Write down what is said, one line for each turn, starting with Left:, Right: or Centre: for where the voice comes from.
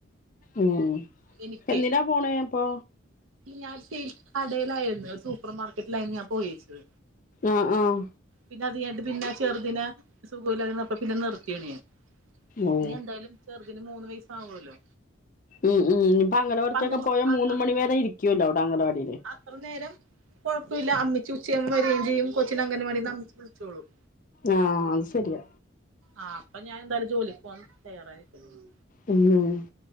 Left: ഉം
Right: എനിക്കേ
Left: എന്തിനാ പോണ് അപ്പൊ?
Right: ഞാൻ സ്റ്റിൽ കടയിലായിരുന്നു. ഒരു സൂപ്പർ മാർക്കറ്റിലായിരുന്നു ഞാൻ പോയേച്ചത്.
Left: ആഹ ആഹ.
Right: പിന്നെ അത് കഴിഞ്ഞയിട്ട് പിന്നെ ചെറുതിന സുഖലായിരുന്നപ്പോ പിന്നെ നിർത്തിയെണ് ഞാൻ.
Left: ഓ
Right: ഇനി എന്തായാലും ചെറ്തിന് മൂന്ന് വയസ് ആവോല്ലോ.
Left: ഉം ഉം ഇപ്പൊ അംഗനവാടികൊകെ
Right: അങ്ങനെ
Left: പോയാ,
Right: ആ
Left: മൂന്ന് മണി വരെ ഇരിക്കുവല്ലോ അവ്ടെ അംഗവാടില്.
Right: ത്ര നേരം കൊഴപുല്ല. അമ്മിച്ചി ഉച്ചയവുമ്പ വരെ ചെയ്യും, കൊച്ചിനെ അങ്ങനവാടിന്ന് അമ്മച്ചി വിളിച്ചോളും.
Left: ആഹ് അത് ശെരിയ.
Right: ആഹ് അപ്പ ഞാൻ ന്തായാലും ജോലിക്ക് പോവാന്ന് തയ്യാറായിരികണെന്ന്.
Left: ഉം.